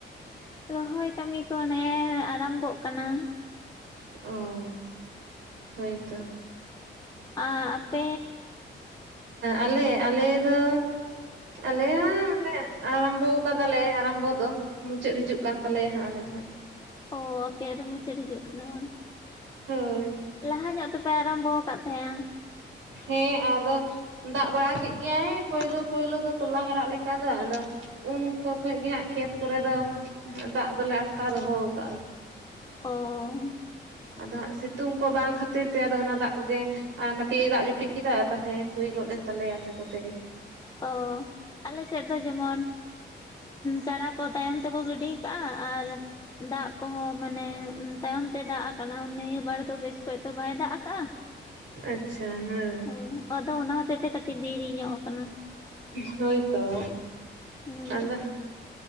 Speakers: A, on the left (about 20°); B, on the right (about 85°).
A: ᱨᱚᱦᱚᱭ ᱠᱟᱹᱢᱤ ᱠᱚ ᱚᱱᱮ ᱟᱨᱟᱢᱵᱚᱜ ᱠᱟᱱᱟ
B: ᱚᱸ ᱦᱮ ᱛᱚ
A: ᱟᱸ ᱟᱯᱮ?
B: ᱟᱞᱮ ᱟᱞᱮ ᱫᱚ ᱟᱞᱮᱦᱚ ᱢᱟᱱᱮ ᱟᱨᱟᱢᱵᱚᱣ ᱠᱟᱫᱟᱞᱮ ᱟᱨᱟᱢᱵᱚ ᱫᱚ᱾ ᱢᱩᱪᱟᱹᱫ ᱦᱤᱡᱩᱜ ᱠᱟᱱ ᱛᱟᱞᱮᱭᱟ ᱦᱟᱸᱜ ᱟᱞᱮ ᱫᱚ ᱦᱟᱸᱜ
A: ᱚᱸ ᱟᱯᱮᱭᱟᱜ ᱫᱚ ᱢᱩᱪᱟᱹᱫ ᱦᱤᱡᱩᱜ ᱠᱟᱱᱟ ᱵᱟᱝ
B: ᱦᱳᱭ
A: ᱞᱟᱦᱟ ᱧᱚᱜ ᱫᱚ ᱵᱟᱭ ᱟᱨᱟᱢᱵᱚ ᱠᱟᱜ ᱛᱟᱦᱮᱸᱼᱟ
B: ᱦᱮᱸ ᱟᱫᱚ ᱫᱟᱜ ᱵᱟᱲᱟ ᱠᱮᱜ ᱜᱮᱭᱟᱭ ᱯᱳᱭᱞᱳ ᱯᱳᱭᱞᱳ ᱫᱚ ᱛᱚᱞᱟ ᱦᱟᱨᱟᱜ ᱞᱮᱠᱟ ᱫᱚ ᱟᱫᱚ ᱩᱱᱠᱚ ᱠᱷᱚᱡ ᱜᱮ ᱦᱟᱸᱜ ᱠᱷᱮᱛ ᱠᱚᱨᱮ ᱫᱚ ᱫᱟᱜ ᱫᱚᱞᱮ ᱟᱴᱠᱟᱣ ᱫᱚᱦᱚ ᱠᱟᱜᱼᱟ
A: ᱚᱸ
B: ᱟᱫᱚ ᱦᱟᱸᱜ ᱥᱤᱛᱩᱝ ᱠᱚ ᱵᱟᱝ ᱠᱷᱟᱹᱛᱤᱨ ᱛᱮ ᱟᱫᱚ ᱚᱱᱟ ᱫᱟᱜ ᱠᱚᱜᱮ ᱟᱨ ᱠᱟᱹᱴᱤᱡ ᱮ ᱫᱟᱜ ᱡᱩᱴᱩᱡ ᱠᱮᱫᱟ ᱛᱟᱞᱦᱮ ᱦᱩᱭ ᱜᱚᱫ ᱞᱮᱱ ᱛᱟᱞᱮᱭᱟ ᱤᱱᱟᱹ ᱠᱚᱛᱮᱜᱮ
A: ᱚ ᱟᱞ ᱥᱮᱫ ᱫᱚ ᱡᱮᱢᱚᱱ ᱪᱟᱨᱟ ᱠᱚ ᱛᱟᱭᱚᱢ ᱛᱮᱠᱚ ᱜᱤᱰᱤ ᱠᱟᱜᱼᱟ ᱟᱨ ᱫᱟᱜ ᱠᱚᱦᱚᱸ ᱢᱟᱱᱮ ᱛᱟᱭᱚᱢ ᱛᱮ ᱫᱟᱜ ᱟᱠᱟᱱᱟ ᱱᱤᱭᱟᱹ ᱵᱟᱨ ᱫᱚ ᱵᱮᱥ ᱠᱚᱡ ᱫᱚ ᱵᱟᱭ ᱫᱟᱜ ᱟᱠᱟᱜᱼᱟ
B: ᱟᱪᱪᱷᱟ ᱦᱮᱸ
A: ᱦᱮᱸ ᱟᱫᱚ ᱚᱱᱟ ᱦᱚᱛᱮᱜ ᱛᱮ ᱠᱟᱹᱴᱤᱡ ᱫᱮᱭᱨᱤ ᱧᱚᱜ ᱠᱟᱱᱟ᱾
B: ᱦᱳᱭᱛᱚ
A: ᱦᱩᱸ
B: ᱟᱫᱚ